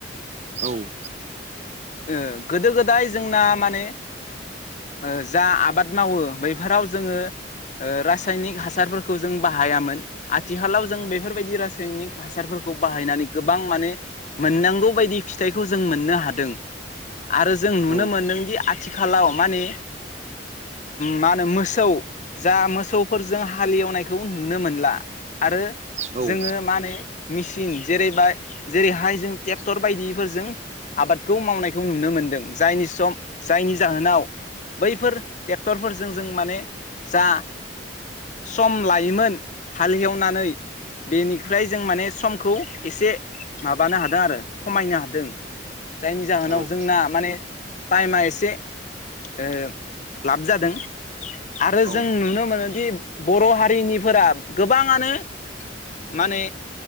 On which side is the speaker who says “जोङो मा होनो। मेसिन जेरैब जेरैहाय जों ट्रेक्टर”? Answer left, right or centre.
Left